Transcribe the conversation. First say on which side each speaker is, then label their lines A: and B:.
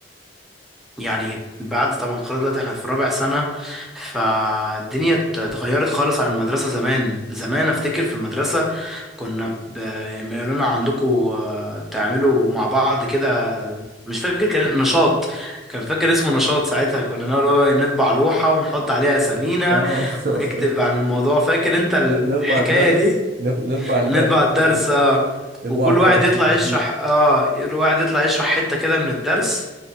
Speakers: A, in the centre; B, on the right.
A: يعني بعد طبعا خلاص دلوقتي احنا في رابع سنة فالدنيا ات- اتغيرت خالص عن المدرسة زمان زمان افتكر في المدرسة كنا ب... ما يقولوا لنا عندكم آه، تعملوا مع بعض كده مش فاكر كان نشاط كان فاكر اسمه نشاط ساعتها كنا نقول هو إيه، نطبع لوحة ونحط عليها أسامينا
B: أه
A: ونكتب
B: <laughs>
A: عن الموضوع فاكر انت الحكاية
B: نطبع الدرس
A: دي
B: نط- نطبع الدرس
A: نطبع
B: بتاع
A: الدرس
B: ال-
A: آه،
B: نطبع
A: وكل
B: الق-
A: واحد يطلع
B: المشيت
A: يشرح اه كل واحد يطلع يشرح حتة كده من الدرس